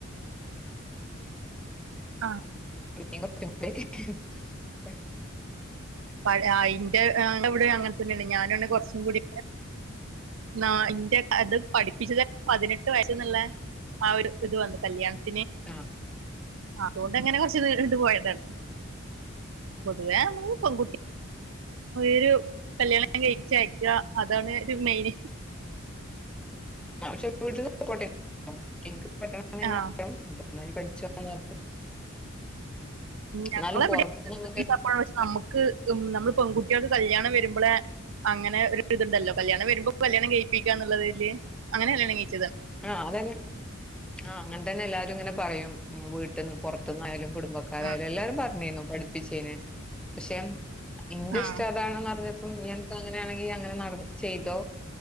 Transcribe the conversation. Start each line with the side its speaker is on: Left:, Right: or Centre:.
Right: ആഹ്
Centre: <unintelligible> <unintelligible>
Right: പഴ അയിന്റെ ആ അത് ഇവിടേം അങ്ങനെ തന്നെയാണ് ഞാനുവാണ് കുറച്ചും കൂടി നാ ഇന്റെ അത് പഠിപ്പിച്ചത് പതിനെട്ട് വയസ്സ്ന്ന്ള്ള ആ ഒരു ഇത് വന്നു കല്യാണത്
Centre: ആഹ്
Right: അതോണ്ട് എങ്ങനെ കുറച്ച് നീണ്ട് നീണ്ട് പോയതാണ്, പൊതുവേ മ്മള് പെൺകുട് ഒരു കല്യാണം ഞാൻ കഴിച്ച് അയക്കുക അതാണ് ഒരു മെയിൻ
Centre: <inaudible> <inaudible>
Right: ആഹ് ഞങ്ങള
Centre: എന്നാലും
Right: എവിടെ
Centre: പുറത്ത്
Right: <unintelligible>
Centre: നമുക്ക്
Right: നമ്മുക്ക് ഉം നമ്മ നമ്മൾ പെൺകുട്ടികൾക്ക് കല്യാണം വരുമ്പളെ അങ്ങനെ ഒരു ഇതുണ്ടല്ലോ കല്യാണം വരുമ്പോ കല്യാണം കഴയിപ്പിക്ക എന്നുള്ളൊരിതില് അങ്ങനെ കല്യാണം ക
Centre: ആഹ അതന്നെ ആഹ അങ്ങനെ തന്നെ എല്ലാ ഇങ്ങന പറയും വീട്ട്ന്ന് പുറ ത്ത്ന്നായാലും കുടുംബക്കാരായാലും
Right: ആഹ്
Centre: എല്ലാരും പറഞ്ഞീനു പഠിപ്പിച്ചേന് പക്ഷെ ഇന്റെ
Right: ആഹ്
Centre: ഇഷ്ടം അതാണെന്നറിഞ്ഞ ഇങ്ങനത്തെ അങ്ങനാണെങ്കിൽ അങ്ങന നട ചെയ്തോ